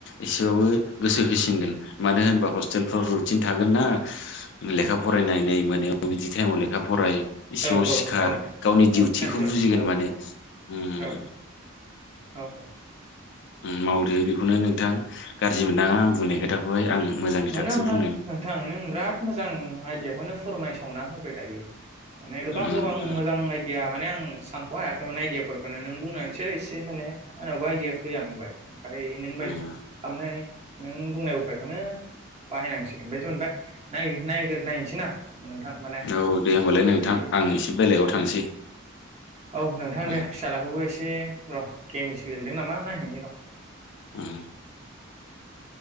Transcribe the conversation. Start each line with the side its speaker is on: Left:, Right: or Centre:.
Left: एसेबाबो गोसो होसिनगोन मानो होनबा हस्टेलफ्राव रुटिन थागोनना लेखा फरायनाय नै मोनायाव बिदि टाइमाव लेखा फराय इसेमावसि
Right: औ औ
Left: खार
Right: औ
Left: गावनि
Right: औ
Left: डिउथिखौ
Right: टाइम टेबोल
Left: बुजिगोन
Right: औ
Left: माने ओम
Right: औ औ औ
Left: ओम मावदो बेखौनो नोंथां गाज्रि मोननाङा आं बुंनाय खोथाखौहाय आं मोजांनि
Right: मोना
Left: थाखायसो
Right: मोना
Left: बुंदों
Right: नोंथां नों ब्राद मोजां आइदियाखौनो फोरमायसावना होब बाय दायो माने गोबां
Left: उम
Right: गोबां
Left: उम
Right: मोजां आइदिया माने आं सानख' हायाखैमोन आइदियाफोरखौनो नों बुंनानैसो एसे माने आंनावबो आइदिया फै हांबाय ओमफाय नों बायदि
Left: उम
Right: खामनाय नों बुंनाय उफायखौनो बाहाय नांसिगोन बायदि मोनबाय नायगो नायगोर नायसै ना। नोंथां माने
Left: औ दे होमबालाय नोंथां
Right: ऐ
Left: आं एसे बेलेगाव थांसै
Right: औ नोंथां
Left: उम
Right: दे फिसाला खौबो एसे दे र' गेमसो गेलेदों नामा नायहैनि र'।
Left: ओम।